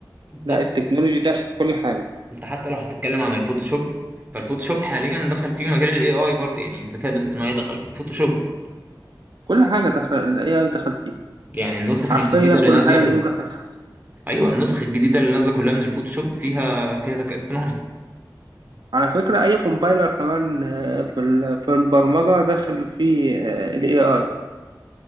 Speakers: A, on the right; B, on the right.
A: بالظبط
B: لا التكنولوجي داخل في كل حاجة
A: انت حتى لو هتتكلم عن الفوتوشوب فالفوتوشوب حاليا دخل فيه مجال الاي اي برضه يعني الذكاء الاصطناعي دخل في الفوتوشوب
B: كل حاجة دخل ال AI دخل فيها
A: يعني النسخ
B: حرفيا
A: الجديده اللي
B: كل
A: نازله
B: حاجة ال
A: كل...
B: AI دخل فيها
A: ايوه النسخ الجديده اللي نازله كلها من الفوتوشوب فيها فيها ذكاء اصطناعي
B: على فكرة أي كومبايلر كمان آه، في ال- في البرمجة داخل فيه آه، ال AI